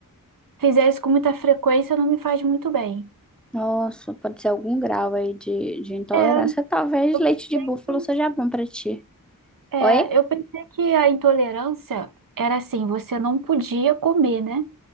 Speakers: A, on the right; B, in the centre.
A: fizer isso com muita frequência, não me faz muito bem.
B: Nossa, pode ser algum grau aí de, de intolerância.
A: É,
B: Talvez
A: eu
B: leite
A: pensei
B: de búfalo
A: que.
B: seja bom pra ti.
A: É,
B: Oi?
A: eu pensei que a intolerância era assim, você não podia comer, né?